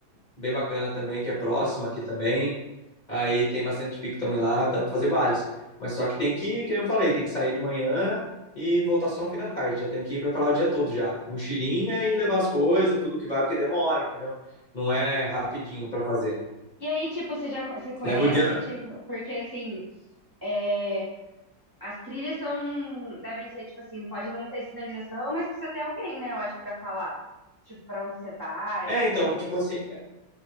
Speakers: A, on the left (about 35°); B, on the right (about 25°).
A: bem bacana também, que é próxima aqui também. Aí tem bastante pico também lá, dá pra fazer vários. Mas só que tem que, como eu falei, tem que sair de manhã e voltar só no fim da tarde. Já tem que ir preparar o dia todo já. Mochilinha e levar as coisas, tudo que vai, porque demora, entendeu? Não é rapidinho pra fazer.
B: E aí, tipo, você já co- você conhece,
A: Leva o dia.
B: tipo, porque assim, é, as trilhas são, devem ser, tipo assim, pode não ter sinalização, mas precisa ter alguém, né, eu acho, pra falar. Tipo, pra onde você vai,
A: É,
B: não sei
A: então,
B: o quê.
A: tipo assim,